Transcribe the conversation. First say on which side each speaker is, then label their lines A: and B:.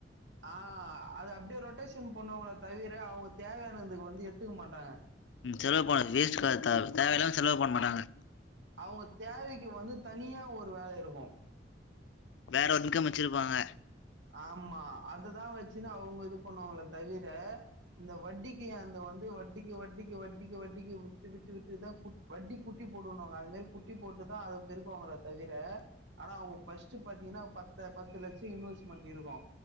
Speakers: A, on the right; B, on the left.
A: ஆ அத அப்டியே ரொட்டேஷன் பண்ணவாங்களே தவிர அவுங்க தேவையானதுக்கு வந்து எடுத்துக்க மாட்டாங்க
B: ம் செலவு போனது வேஸ்ட் காஸ் த தேவையில்லாம செலவு பண்ண மாட்டாங்க
A: அவுங்க தேவைக்கு வந்து தனியா ஒரு வேலை இருக்கும்
B: வேற ஒரு இன்கம் வெச்சிருப்பாங்க
A: ஆமா அதுதா வெச்சுன்னு அவுங்க இது பண்ணுவாங்களே தவிர இந்த வட்டிக்கு அந்த வந்து வட்டிக்கு வட்டிக்கு வட்டிக்கு வட்டிக்கு விட்டு விட்டு விட்டுதா குட் வட்டி குட்டி போடுனுவாங்க அதுமாரி குட்டி போட்டுதா தா அத பெருக்குவாங்களே தவிர ஆனா அவுங்க ஃபஸ்ட் பாத்தீங்கன்னா பத்து பத்து லட்ச இன்வெஸ் மட்டிருக்கோ